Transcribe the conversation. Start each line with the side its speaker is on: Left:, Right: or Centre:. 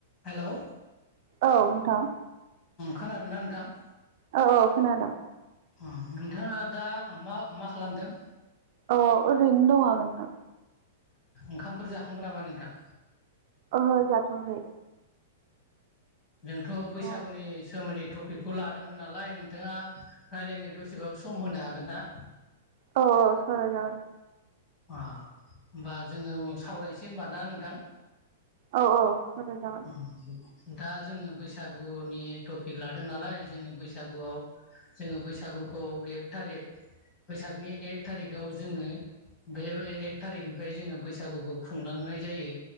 Left: Hello
Right: औ नोंथां।
Left: खोनादोंना नोंथां।
Right: औ औ खोनादों।
Left: अ नोंथाङा दा मा मा खालामदों?
Right: अ ओरैनो दं नोंथां।
Left: ओंखामफोर जाखांबाय नामा नोंथां।
Right: ओहो जाथ'वाखै
Left: ए जोंथ' बैसागुनि
Right: औ
Left: सोमोन्दै टपिकखौ लादोंमोन नालाय नोंथाङा रायज्लायनो दसेखौ सम होनो हागोन ना?
Right: औ औ सावरायजागोन।
Left: अ होमबा जोङो सावरायनोसै होनबा ना नोंथां।
Right: औ औ सावराय जागोन।
Left: ओम दा जोङो बैसागुनि टपिक लादों नालाय जोङो बैसागुआव जोङो बैसागुखौ एक थारिख बैसागनि एक थारिखआव जोङो बे एक थारिखनिफ्राय जोङो बैसागुखौ खुंलांनाय जायो।